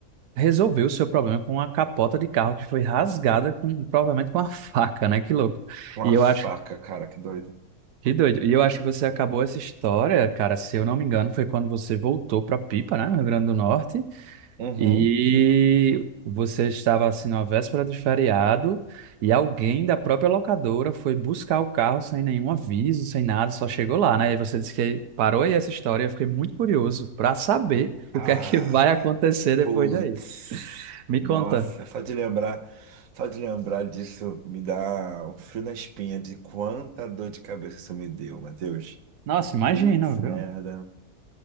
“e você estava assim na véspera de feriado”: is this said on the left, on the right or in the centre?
Right